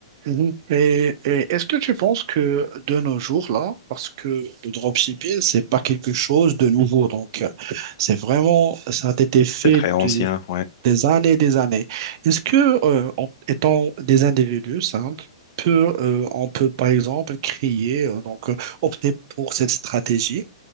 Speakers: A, on the right (about 50°); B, on the left (about 55°).
A: mhm. et, et est-ce que tu penses que de nos jours là, parce que le dropshipping c'est pas quelque chose de nouveau, donc euh, c'est vraiment ça a été fait
B: c'est très ancien, ouais.
A: des années et des années. Est-ce que, euh, en étant des individus simples, peut, euh, on peut par exemple créer, euh, donc euh, opter pour cette stratégie